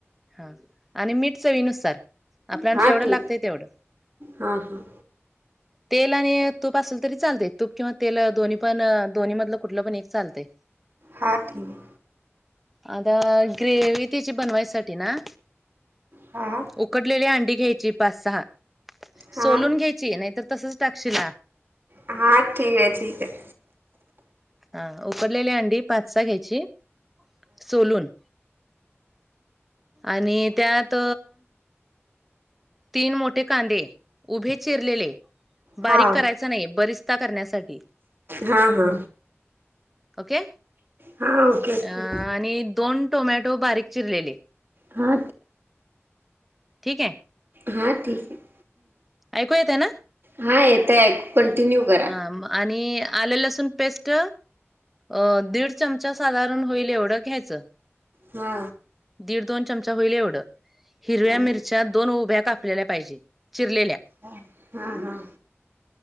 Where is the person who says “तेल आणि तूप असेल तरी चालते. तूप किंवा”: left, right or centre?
Centre